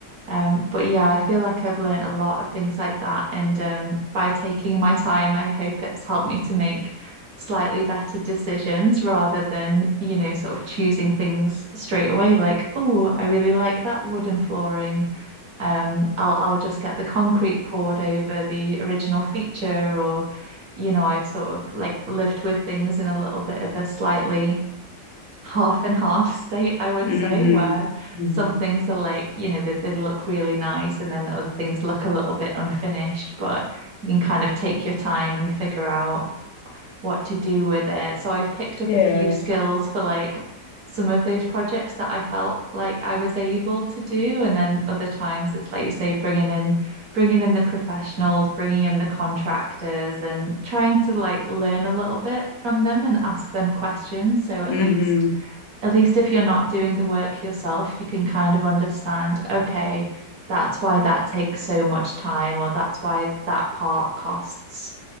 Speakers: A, on the right; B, on the left.
A: Um, but yeah, I feel like I've learned a lot of things like that, and um, by taking my time, I hope it's helped me to make slightly better decisions rather than you know sort of choosing things straight away like oh I really like that wooden flooring um I'll I'll just get the concrete poured over the original feature or you know I've sort of like lived with things in a little bit of a slightly half and half state, I would
B: mm-hmm,
A: say, where
B: mm-hmm.
A: some things are like, you know, they, they look really nice and then other things look a little bit unfinished, but you can kind of take your time and figure out what to do with it. So I've picked up
B: Yeah.
A: a few skills for like some of those projects that I felt like I was able to do. And then other times it's like you say, bringing in bringing in the professionals, bringing in the contractors and trying to like learn a little bit from them and ask them questions. So at
B: Mm-hmm.
A: least at least if you're not doing the work yourself, you can kind of understand, okay, that's why that takes so much time, or that's why that part costs,